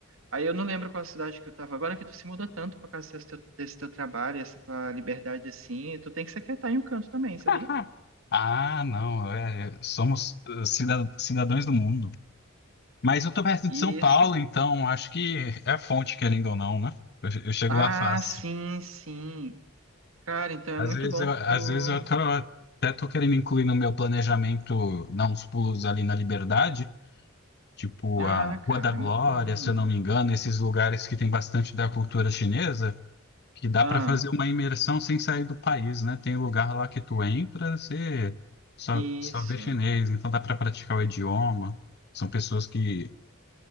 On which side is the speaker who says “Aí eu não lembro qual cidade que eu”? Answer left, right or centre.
Right